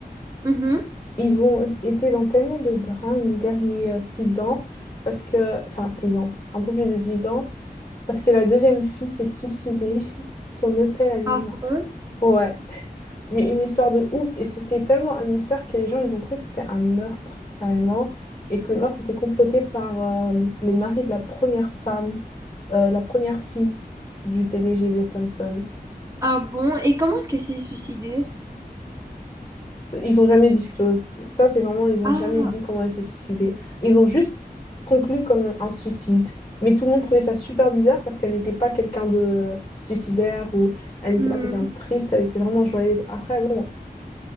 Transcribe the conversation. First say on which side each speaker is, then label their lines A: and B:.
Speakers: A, on the right; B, on the left.
A: Mhm.
B: ils ont été dans tellement de drames les derniers euh, six ans parce que, enfin six ans, un peu plus de dix ans Parce que la deuxième fille s'est suicidée <laughs> dans son hôtel à New
A: Ah
B: York.
A: bon?
B: Ouais, mais une histoire de ouf. Et c'était tellement un mystère que les gens, ils ont cru que c'était un meurtre, carrément. Et que le meurtre était comploté par euh, le mari de la première femme, euh, la première fille du PDG de Samsung.
A: Ah bon? Et comment est-ce qu'elle s'est suicidée?
B: Ils ont jamais disclose. Ça, c'est vraiment, ils ont
A: Ah,
B: jamais dit comment elle s'est suicidée. Ils ont juste conclu comme un suicide. Mais tout le monde trouvait ça super bizarre parce qu'elle n'était pas quelqu'un de suicidaire ou elle n'était
A: Hmm,
B: pas quelqu'un de triste, elle était vraiment joyeuse. Après, bon,